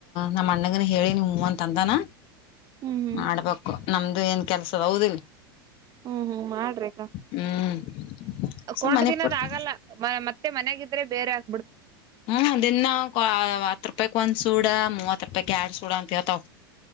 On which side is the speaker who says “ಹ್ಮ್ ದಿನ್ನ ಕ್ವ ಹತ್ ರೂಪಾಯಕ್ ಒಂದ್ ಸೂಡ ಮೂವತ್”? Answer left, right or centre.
Left